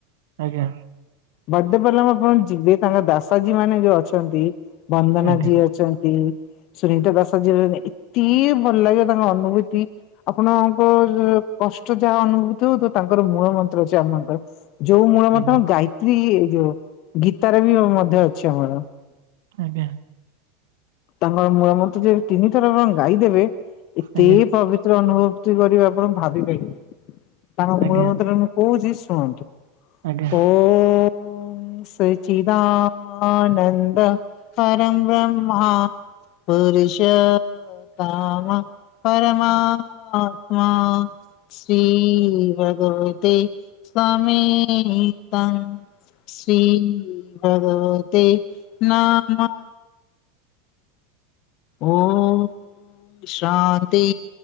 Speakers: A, on the right; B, on the left.
A: ଆଜ୍ଞା।
B: ବଡପାଲମ୍ ଆପଣ ଯିବେ ତାଙ୍କର ବ୍ୟାସାଜୀ ମାନେ ବି ଅଛନ୍ତି। ବନ୍ଦନା
A: ଆଜ୍ଞା
B: ଜି ଅଛନ୍ତି। ସୁନୀତା ଦାସ ଜି ଏତେ ଭଲ୍ ଲାଗିବ ତାଙ୍କ ଅନୁଭତି ଆପଣଙ୍କ କଷ୍ଟ ଯାହା ଅନୁଭୂତି ହୋଉଥିବ ତାଙ୍କର ମୂଳ ମନ୍ତ୍ର ଅଛି ଆପଣଙ୍କର। ଯୋଉ ମୂଳ ମତ
A: ଆଜ୍ଞା
B: ଗାୟତ୍ରୀ ଏ ଯୋଉ ଗୀତାରେ ବି ମଧ୍ୟ ଅଛି ଆମର।
A: ଆଜ୍ଞା।
B: ତାଙ୍କର ମୂଳ ମନ୍ତ୍ର ଯେ ତିିନି ଥର ର ଗାଈ ଦେବେ ଏତେ
A: ଆଜ୍ଞା
B: ପବି ଥିର ଅନୁଭୂତୀ କରିବେ ଆପଣ ଭାବିପାରିବେ, ତାଙ୍କ
A: ଆଜ୍ଞା
B: ମୂଳ ମନ୍ତ୍ର ମୁଁ କୋହୁଚି ଶୁଣନ୍ତୁ।
A: ଆଜ୍ଞା
B: ଓଁ ସଚିଦାନନ୍ଦ। ପରମ୍ ବ୍ରହ୍ମା ପୁରୁଷୋ କାମ ପରମାତ୍ମା। ଶ୍ରୀ ଭଗବତେ ସ୍ୱାମୀ ତ‍ଂ। ଶ୍ରୀ ଭଗବତେ ନମ। ଓମ୍ ଶାନ୍ତି।